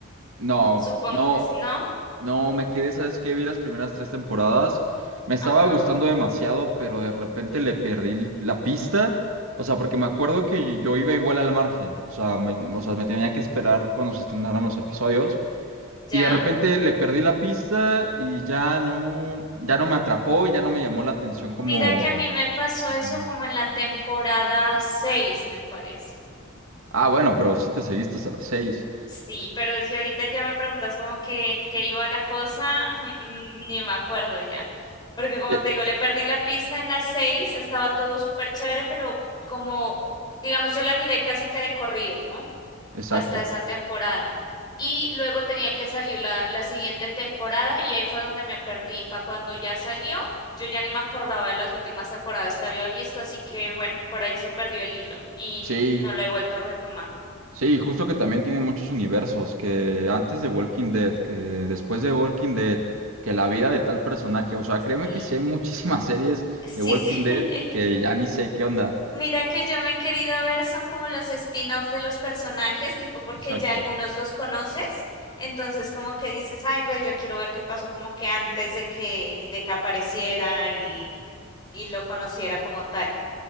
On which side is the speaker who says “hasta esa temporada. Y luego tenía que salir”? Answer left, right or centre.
Left